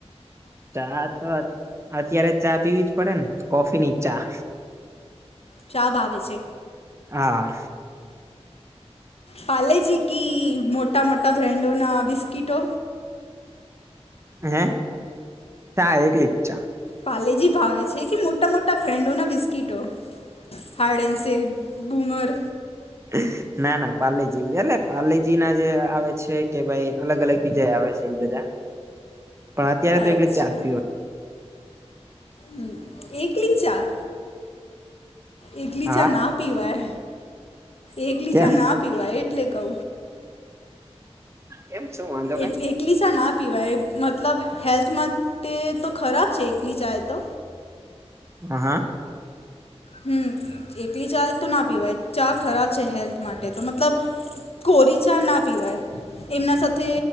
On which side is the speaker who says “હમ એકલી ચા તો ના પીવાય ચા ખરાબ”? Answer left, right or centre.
Left